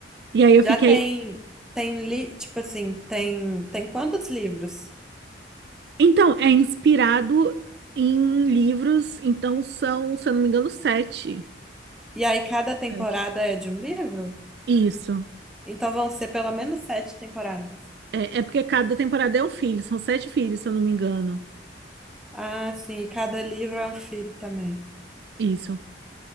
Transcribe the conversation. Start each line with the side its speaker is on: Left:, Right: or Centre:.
Right: E aí eu
Centre: Já
Right: fiquei,
Centre: tem, tem, li, tipo assim, tem, tem quantos livros?
Right: então, é inspirado em livros, então são, se eu não me engano, sete.
Centre: E aí cada temporada
Right: Sete.
Centre: é de um livro?
Right: Isso.
Centre: Então vão ser pelo menos sete temporadas.
Right: É, é porque cada temporada é um filho, são sete filhos, se eu não me engano.
Centre: Ah, sim, e cada livro é um filho também.
Right: Isso,